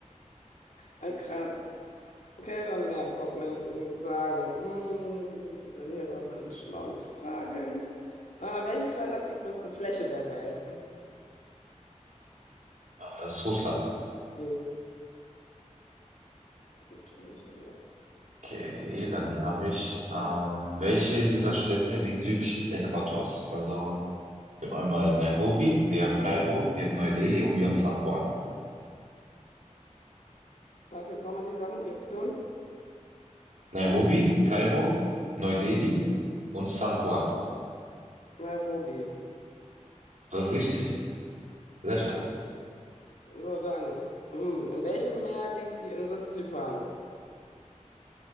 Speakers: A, on the left; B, on the right.
A: Äh, krass. Okay, dann ja, brauchst du mir nicht unbedingt sagen. Hm, wo sind wir denn hier bei meinen schlauen Fragen? Äh, welches Land hat die größte Fläche der Welt?
B: Das ist Russland.
A: Ja, gut, bin ich ja wieder.
B: Okay, dann habe ich, ähm, welche dieser Städte liegt südlich des Äquators? Also, wir haben einmal Nairobi, wir haben Kairo, wir haben Neu-Delhi und wir haben San Juan.
A: Warte, jetzt nochmal die Sachen, die Option.
B: Nairobi, Kairo, Neu-Delhi und San Juan.
A: Nairobi.
B: Das ist richtig. Sehr stark.
A: So, dann. Hm. In welchem Meer liegt die Insel Zypern?